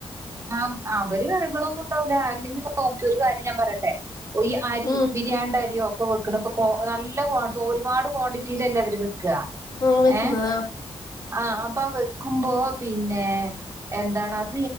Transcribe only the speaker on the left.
ഉം
ഉം വെക്കുന്നതാ